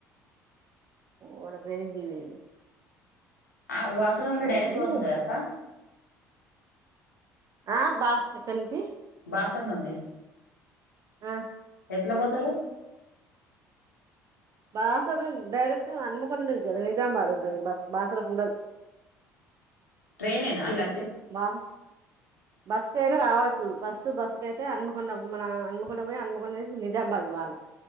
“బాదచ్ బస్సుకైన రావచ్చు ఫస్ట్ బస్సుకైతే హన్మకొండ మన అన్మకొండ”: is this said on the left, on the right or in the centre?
Right